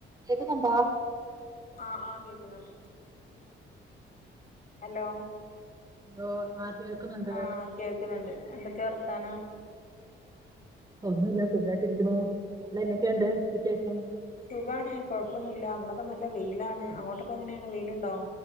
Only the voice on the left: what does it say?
ആ ആ കേക്കുന്നുണ്ട്. ഹലോ
ആ കേൾക്ക്ന്ന്ണ്ട് എന്തൊക്കെ വർ ത്താനം
സുഖാണ് കൊഴപ്പൊന്നുല്ല ഇന്നൊക്കെ നല്ല വെയിലാണ് അങ്ങോട്ടൊക്കെങ്ങനെ വെയില്ണ്ടോ?